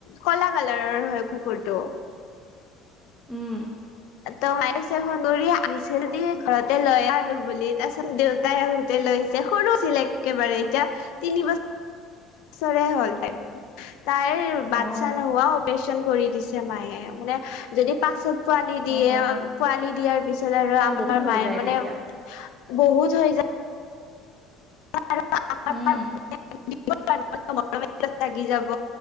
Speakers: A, on the left (about 65°); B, on the right (about 20°).
A: কলা কালাৰৰ হয় কুকুৰটো।
B: উম।
A: ত মাই পিছে ফোন কৰি আহিছিল দে ঘৰতে লয় আৰু বুলি তাৰপিছত দেউতাই লৈ আহিছে সৰু আছিলে একেবাৰে এতিয়া, তিন বছৰ চৰে হ'ল, তাই তাইৰ বাচ্ছা
B: অ',
A: নোহোৱাও কৰি দি মায়ে মানে য পত পোৱালি দিয়ে,
B: অ', অ',
A: পোৱালি দিয়াৰ পিছত আৰু
B: অ',
A: আমাৰ
B: বহুত হৈ
A: মায়ে
B: যায়
A: মানে
B: তেতিয়া।
A: বহুত হৈ যায়। <unintelligible>
B: উম,
A: লাগি যাব